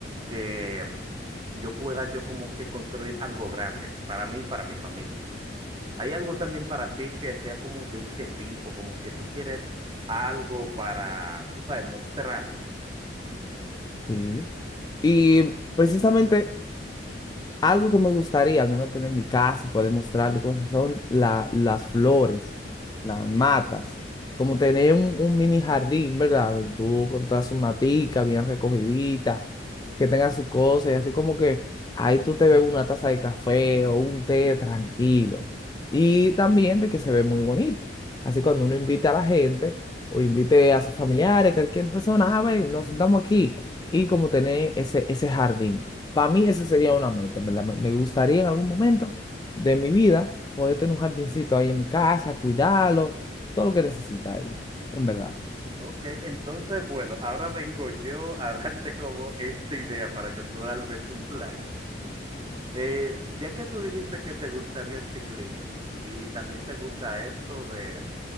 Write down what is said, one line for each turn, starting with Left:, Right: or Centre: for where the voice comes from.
Right: que yo pueda yo como que construir algo grande para mí y para mi familia. ¿Hay algo también para ti que sea como de ese tipo, como que tú quieres algo para, tú sabes, mostrarlo?
Left: Sí. Y precisamente algo que me gustaría al menos tener en mi casa y poder mostrarle cosas son la, las flores, las matas, como tener un, un mini jardín, ¿verdad? Donde Tú con todas sus maticas bien recogiditas, que tenga sus cosas y así como que ahí tú te ves una taza de café o un té tranquilo. Y también de que se ve muy bonito. Así cuando uno invita a la gente o invite a sus familiares, cualquier persona, a ver, nos sentamos aquí y como tener ese, ese jardín. Para mí esa sería una meta, ¿verdad? Me me gustaría en algún momento de mi vida poder tener un jardincito ahí en mi casa, cuidarlo, todo lo que necesita ahí, en verdad.
Right: Ok, entonces, bueno, ahora vengo yo a <laughs> darte como esta idea para que tú tal vez un plan. Eh, ya que tú dijiste que te gustaría el ciclismo y también te gusta esto de,